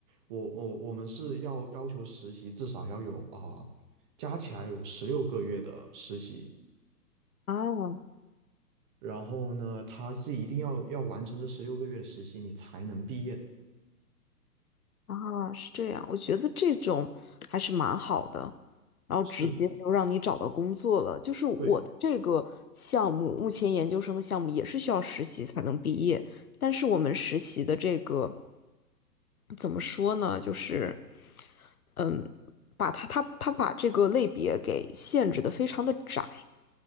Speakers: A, on the right; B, on the left.
A: 我我我们是要要求实习至少要有啊、加起来有十六个月的实习，
B: 啊，
A: 然后呢，他是一定要要完成这十六个月的实习你才能毕业的，
B: 啊，是这样，我觉得这种还是蛮好的，然后直接就让你找到工作了。
A: 是。
B: 就是我的这个项目，
A: 对。
B: 目前研究生的项目也是需要实习才能毕业，但是我们实习的这个怎么说呢？就是，嗯，把它它它把这个类别给限制的非常的窄，